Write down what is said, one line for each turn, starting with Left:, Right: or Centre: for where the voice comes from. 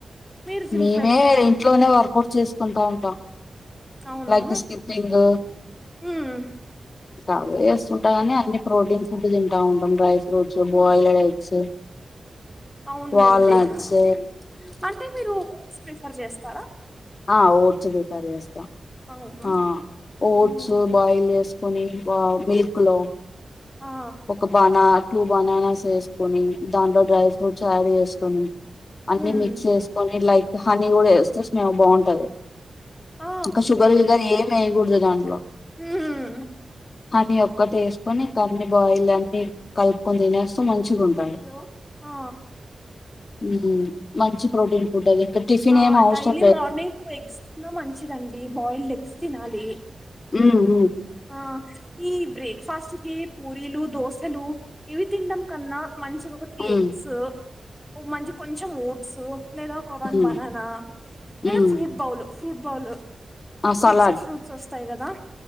Centre: మీరు జిమ్
Left: మేమే
Centre: కి వెళ్తారా
Left: ఇంట్లోనే వర్కౌట్ చేస్తం ఉంటా ఉంటాం
Centre: అవును
Left: లక్ స్కప్పింగ్
Centre: ఉమ్
Left: అవే ఏస్తుంటా గాని, అన్ని ప్రోటీన్ ఫుడ్ తింటా ఉంటాం. Dry fruits, boiled eggs.
Centre: అవున్
Left: వాల్నట్స్
Centre: లేండి అన్. టే మీరు ఓట్స్ ప్రిఫర్ జేస్తారా?
Left: ఆ ఓట్స్ ప్రిఫర్ జేస్తా.
Centre: అవునా
Left: ఆ, ఓట్స్
Centre: మ్మ్
Left: బాయిల్ జేసుకొని, వా మిల్క్ లో
Centre: ఆ
Left: ఒక బనా. Two bananas ఎస్కొని దాంలో డ్రైఫ్. <unintelligible> ఎస్కొని. అన్ని
Centre: మ్మ్
Left: మిక్స్ ఎస్కొని లైక్. హానీ గూడా ఎస్తా స్నాబ్. బాంటది.
Centre: ఆ
Left: ఇంకా షుగర్, ఈగర్ ఏం ఎయీగూడ్. <unintelligible>
Centre: హ్మ్.
Left: అన్నీ ఒక్కటేస్కొని ఇంకా అన్ని. బాయిల్లన్ని కల్పుకొని తినేస్త మంచిగుంటది.
Centre: హలో ఆ
Left: ఊ. మంచి ప్రోటీన్ ఫుడ్ <inaudible> ఇంకా టిఫిన్
Centre: ఆ
Left: ఏం అవసం.
Centre: డైలీ మార్నింగ్ టు ఎగ్స్ తిన్నా మంచిదండి బాయిల్డ్ ఎగ్స్ తినాలి.
Left: ఊ.
Centre: ఆ. ఈ బ్రేక్ఫాస్ట్ కి పూరీలు, దోశలు. ఇవి తిన్డం కన్నా మంచిగా ఒక త్రీ
Left: ఉమ్
Centre: ఎగ్స్, ఓ మంచి కొంచెం ఓ. సో. లేదా ఒక
Left: ఉమ్
Centre: వన్ బనానా,
Left: ఉమ్
Centre: లేదా
Left: ఉమ్
Centre: ఫ్రూట్ బౌలు, ఫ్రూట్ బౌల్,
Left: ఆ సలాడ్
Centre: మిక్స్డ్ ఫ్రూట్స్ వస్. తాయి గదా.